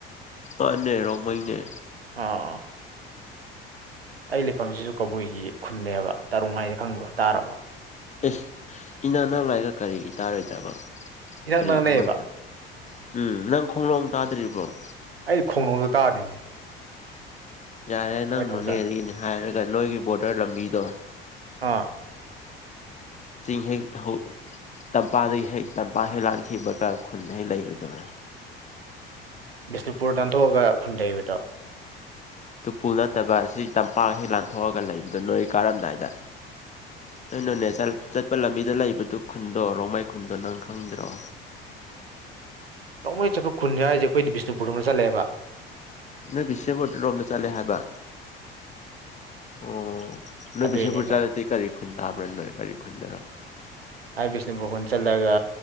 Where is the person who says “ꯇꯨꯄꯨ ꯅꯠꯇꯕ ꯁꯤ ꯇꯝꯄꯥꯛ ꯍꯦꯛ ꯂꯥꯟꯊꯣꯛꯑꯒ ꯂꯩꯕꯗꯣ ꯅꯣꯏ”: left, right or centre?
Left